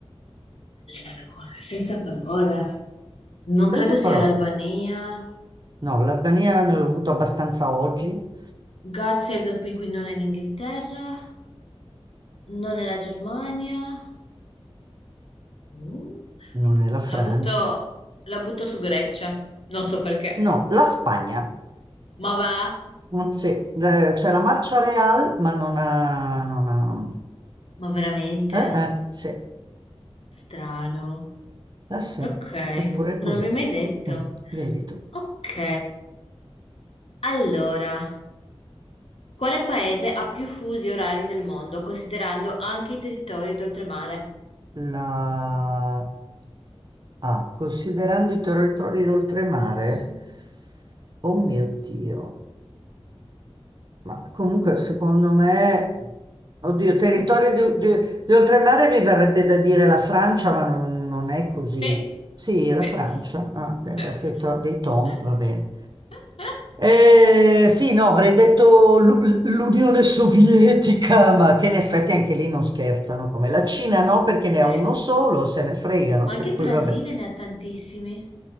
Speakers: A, on the left; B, on the right.
A: Allora, senza parole. Non
B: Senza
A: credo sia
B: parole.
A: l'Albania.
B: No, l'Albania ne ho avuto abbastanza oggi,
A: God Save the Queen, quindi non è l'Inghilterra, non è la Germania. Uh,
B: non è la Francia.
A: la butto, la butto su Grecia, non so perché.
B: No, la Spagna.
A: Ma va?
B: Non c'è eh, c'è la Marcia Real, ma non ha... non ha-
A: Ma veramente?
B: Eh, eh, sì, eh,
A: Strano.
B: sì,
A: Ok,
B: eppure è
A: non
B: così.
A: l'avrei mai detto.
B: Mm, vedi tu.
A: Ok, allora, quale paese ha più fusi orari del mondo, considerando anche i territori d'oltremare?
B: La... Ah, considerando i territori d'oltremare,
A: Mm.
B: oh mio Dio. Ma comunque, secondo me, oddio, territorio di, di- di oltremare mi verrebbe da dire la Francia, ma non, non è così.
A: Sì,
B: Sì,
A: sì,
B: la Francia, ah, beh,
A: sì.
B: beh, se to- dei Tom,
A: <laughs>
B: va bene. Eh, sì, no, avrei detto l'U- l'Unione Sovietica, ma che in effetti anche lì non scherzano, come la Cina no, perché ne ha
A: Eh,
B: uno solo, se ne fregano,
A: Ma anche
B: per
A: il
B: cui
A: Brasile
B: vabbè.
A: ne ha tantissimi.